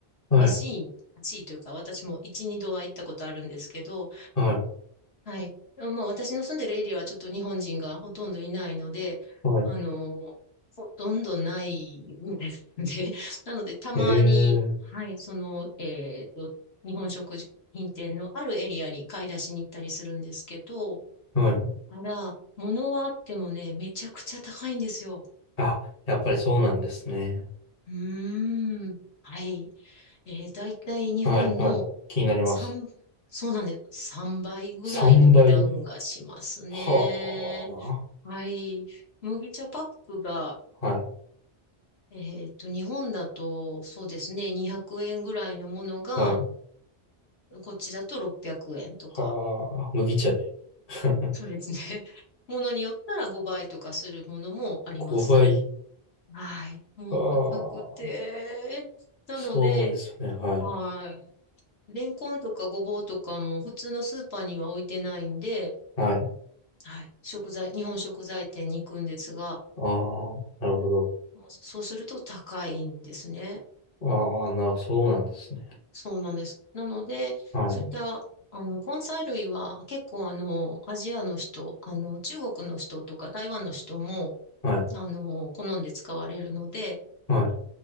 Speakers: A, on the left (about 35°); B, on the left (about 70°).
A: はい。
B: らしい、らしいというか、私も一、二度は行ったことあるんですけど、
A: はい。
B: はい。まあ、私の住んでるエリアはちょっと日本人がほとんどいないので、
A: はい。
B: あの、ほとんどないんですね。<laughs> なので、たまに、
A: ええ
B: はい、その、えっと、日本食品店のあるエリアに買い出しに行ったりするんですけど、
A: はい。
B: ただ、物はあってもね、めちゃくちゃ高いんですよ。
A: あ、やっぱりそうなんですね。
B: うーん。はい。えー、だいたい日本の
A: はい。はい。気になります。
B: 3、そうなんです。3倍ぐらいの値段がしますね。
A: 3倍。は
B: はい。麦茶パックが、
A: あ。はい。
B: えっと、日本だと、そうですね、200円ぐらいのものが、
A: はい。
B: こっちだと600円とか。
A: はあ。麦茶で。<laughs>
B: そうですね。<laughs> ものによったら5倍とかするものもありますね。
A: 5倍。
B: はい。もう高くて。
A: はあ。
B: なので、
A: そうですね。はい。
B: はい。レンコンとかごぼうとかも普通のスーパーには置いてないんで、
A: はい。
B: はい。食材、日本食材店に行くんですが、
A: ああ、なるほど。
B: そうすると高いんですね。
A: ああ、な、そうなんですね。
B: そうなんです。なので、
A: は
B: そういった、あの、根菜類は結構あの、アジアの人、あの、中国の人とか台湾の人も、
A: い、はい、
B: あの、好んで使われるので、
A: はい。